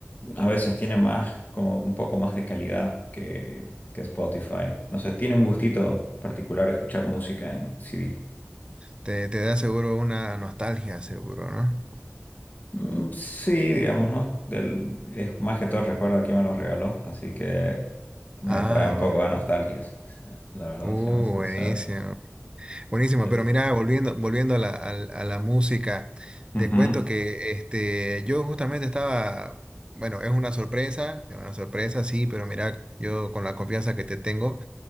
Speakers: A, on the left (about 40°); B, on the right (about 20°).
A: a veces tiene más, como un poco más de calidad que, que Spotify. No sé, tiene un gustito particular escuchar música en CD.
B: Te, te da seguro una nostalgia, seguro, ¿no?
A: Mm, Sí, digamos, ¿no? Del, es más que todo el recuerdo de quién me lo regaló, así que me
B: Ah,
A: trae un poco de nostalgia, sí, la verdad,
B: bu-
A: siendo sincero.
B: uh, buenísimo. Buenísimo,
A: Sí,
B: pero
A: sí.
B: mira, volviendo, volviendo a la, al- a la música,
A: Ujú.
B: te cuento que este, yo justamente estaba, bueno, es una sorpresa, es una sorpresa, sí, pero mira, yo con la confianza que te tengo,